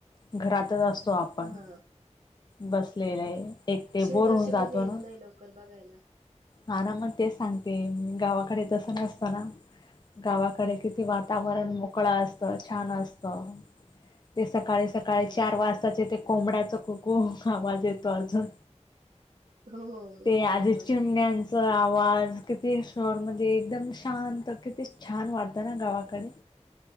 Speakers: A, on the left (about 35°); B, on the right (about 85°).
A: घरातच असतो आपण
B: हां.
A: बसलेलं आहे एक ते
B: शेजारचे
A: बोर होऊन जातो
B: पण येत
A: ना
B: नाही लवकर बघायला
A: हा ना मग तेच सांगते गावाकडे तसं नसतं ना गावाकडे किती वातावरण
B: हो.
A: मोकळ असत छान असत ते सकाळी सकाळी
B: हं.
A: चार वाजताचे ते कोंबड्याचा कुकु आवाज येतो अजून
B: हो, हो.
A: ते आज
B: बरोबर.
A: चिमण्या त्यांचा आवाज किती शहर मध्ये एकदम शांत किती छान वाटत ना गावाकडे